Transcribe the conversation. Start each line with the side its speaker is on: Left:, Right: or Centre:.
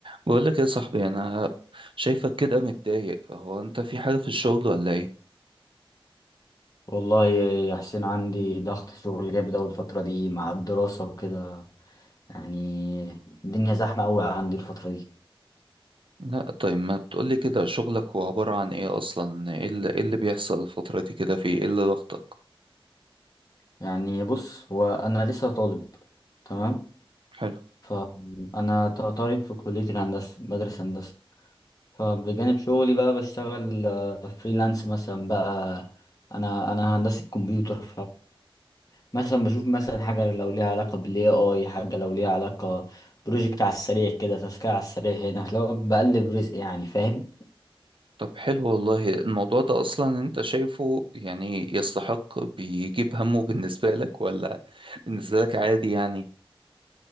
Right: بقول لك يا صاحبي انا شايفك كده متضايق هو انت في حاجة في الشغل ولا ايه
Left: والله يا حسين عندي ضغط شغل جامد أوي الفترة دي مع الدراسة وكده يعني الدنيا زحمة أوي عندي الفترة دي
Right: لا طيب ما تقولي كده شغلك هو عبارة عن ايه اصلا ايه اللي, إيه اللي بيحصل الفترة دي كده في ايه اللي ضغطك
Left: يعني بص هو أنا لسه طالب تمام
Right: حلو
Left: فأنا ط- طالب في كلية الهندسة بدرس هندسة فبجانب شغلي بقى بشتغل آه، فريلانس مثلا بقى أنا أنا هندسة كمبيوتر مثلا بشوف مثلا حاجة لو ليها علاقة بالاي اي حاجة لو ليها علاقة بروجكت على السريع كده تاسكية على السريع هنا لو بقلب رزق يعني فاهم
Right: طب حلو والله الموضوع ده اصلا انت شايفه يعني يستحق بيجيب همه بالنسبة لك ولا بالنسبة لك عادي يعني